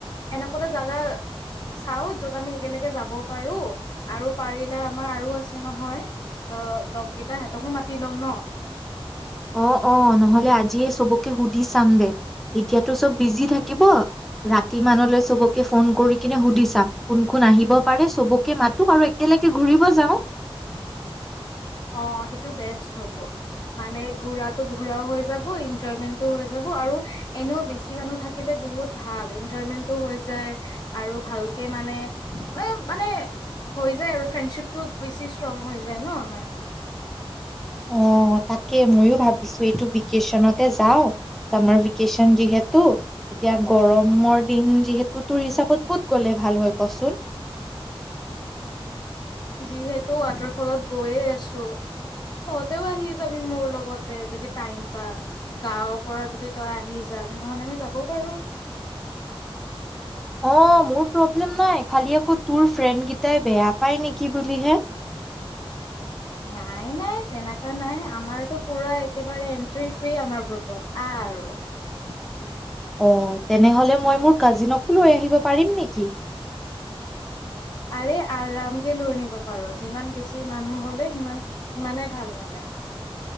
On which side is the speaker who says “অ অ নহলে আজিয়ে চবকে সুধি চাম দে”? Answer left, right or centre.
Centre